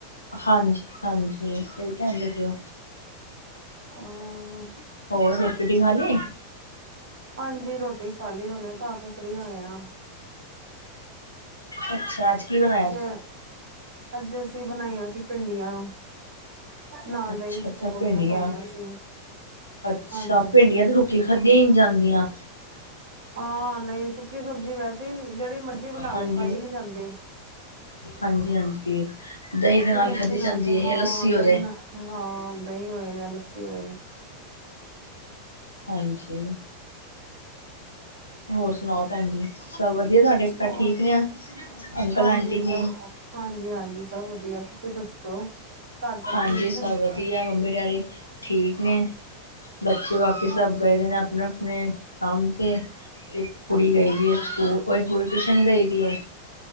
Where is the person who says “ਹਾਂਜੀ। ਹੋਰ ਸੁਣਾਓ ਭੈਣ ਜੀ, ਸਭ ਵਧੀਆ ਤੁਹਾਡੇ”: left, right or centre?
Left